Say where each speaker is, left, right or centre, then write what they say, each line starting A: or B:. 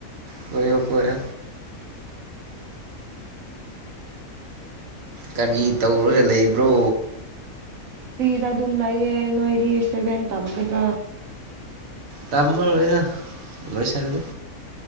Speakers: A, on the right (about 50°); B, on the right (about 75°).
A: ꯀꯣꯏꯀ ꯑꯣꯏ ꯀꯔꯤ ꯇꯧꯔꯒ ꯂꯩꯕ꯭ꯔꯣ
B: ꯐꯤꯗ ꯑꯗꯨꯝ ꯂꯩꯌꯦ ꯅꯣꯏꯗꯤꯁꯇꯦꯚꯦꯟ ꯇꯝꯒꯗ꯭ꯔꯥ
A: ꯇꯥꯃ ꯑꯣꯏꯅ ꯂꯣꯏ ꯆꯂ